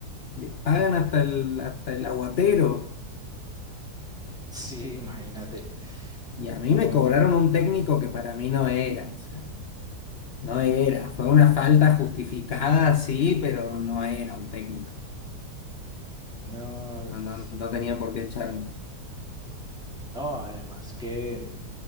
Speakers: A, on the left (about 65°); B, in the centre.
A: le pagan hasta el, hasta el aguatero.
B: sí, imagínate.
A: Y a
B: No,
A: mí me cobraron un técnico que para mí no era, o sea, no era. Fue una falta justificada, sí, pero no era un técnico.
B: no,
A: No,
B: pues,
A: no no tenía por qué echarme.
B: no, además que,